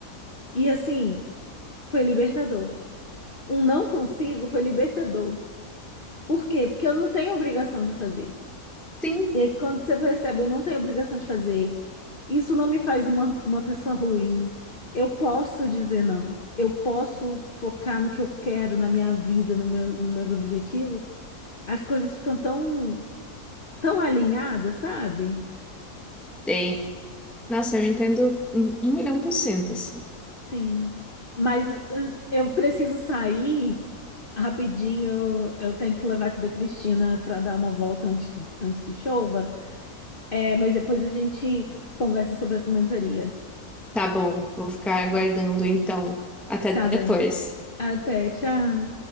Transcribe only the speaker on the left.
E assim, foi libertador. Um não consigo foi libertador. Por quê? Porque eu não tenho obrigação de fazer.
E aí quando você percebe, eu não tenho obrigação de fazer. Isso não me faz uma, uma pessoa ruim. Eu posso dizer não. Eu posso focar no que eu quero, na minha vida, no meu, nos meus objetivos. As coisas ficam tão tão alinhada, sabe?
Sim. Mas eh, eu preciso sair rapidinho. Eu, eu tenho que levar aqui da Cristina para dar uma volta antes, antes que chova. É, mas depois a gente conversa sobre essa mentoria.
Tá
bem. Até, tchau.